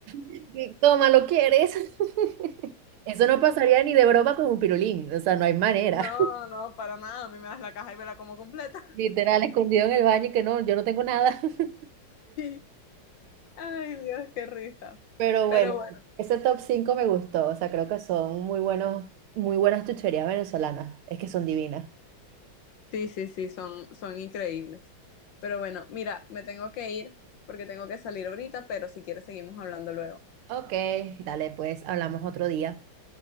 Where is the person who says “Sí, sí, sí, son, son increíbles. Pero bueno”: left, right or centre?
Left